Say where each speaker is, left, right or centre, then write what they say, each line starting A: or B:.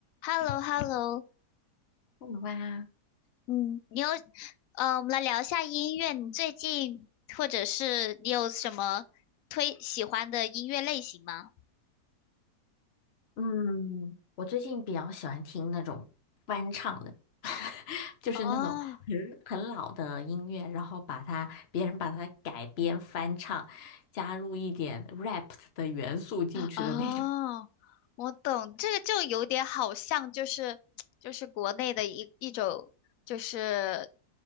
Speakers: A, on the left (about 65°); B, on the left (about 45°).
A: h e l l o h e l l o
B: 我的话，
A: 嗯，你有，呃，我们来聊一下音乐。你最近或者是你有什么推喜欢的音乐类型吗？
B: 嗯，我最近比较喜欢听那种翻唱的，<laughs> 就是那种很很老的音乐，
A: 哦
B: 然后把它别人把它改编翻唱，加入一点 rap 的元素进去的那种。
A: 哦，我懂，这个就有点好像就是就是国内的一一种就是